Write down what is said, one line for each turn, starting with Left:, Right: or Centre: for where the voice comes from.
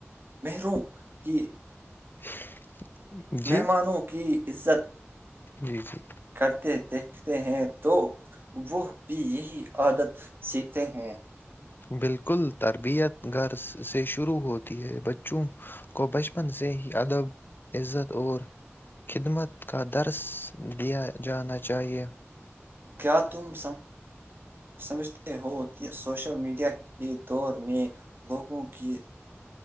Right: محروم جی <unintelligible>
Left: <inaudible> جی
Right: مہمانوں کی عزت
Left: جی جی
Right: کرتے دیکھتے ہیں تو وہ بھی یہی عادت سیکھتے ہیں
Left: بالکل تربیت گر سے شروع ہوتی ہے بچوں کو بچپن سے ہی ادب عزت اور خدمت کا درس دیا جانا چاہیے
Right: کیا تم سمجھتے ہو کہ سوشل میڈیا کے دور میں لوگوں کی